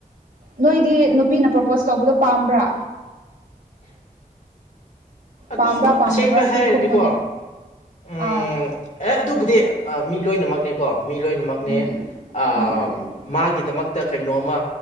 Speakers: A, on the right (about 70°); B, on the left (about 55°).
A: ꯅꯣꯏꯗꯤ ꯅꯨꯄꯤꯅ ꯄ꯭ꯔꯣꯄꯣꯁ ꯇꯧꯕꯗꯣ ꯄꯥꯝꯕ꯭ꯔꯥ
B: ꯑꯗꯨ
A: ꯄꯥꯝꯕ꯭ꯔꯥ ꯄꯥꯝꯗꯕ꯭ꯔꯥ
B: ꯑꯁꯦꯡꯕ
A: ꯁꯤ
B: ꯍꯥꯏꯔꯗꯤꯀꯣ
A: ꯈꯨꯝꯃꯨꯅꯦ
B: ꯎ
A: ꯑꯥꯎ
B: ꯑꯦ ꯑꯗꯨꯕꯨꯗꯤ ꯃꯤ ꯂꯣꯏꯅꯃꯛꯅꯦꯀꯣ ꯃꯤ ꯂꯣꯏꯅꯃꯛꯅꯦ
A: ꯎꯝ
B: ꯑ
A: ꯎꯝ ꯎꯝ ꯎꯝ
B: ꯃꯥꯒꯤꯗꯃꯛꯇ ꯀꯩꯅꯣꯝꯃ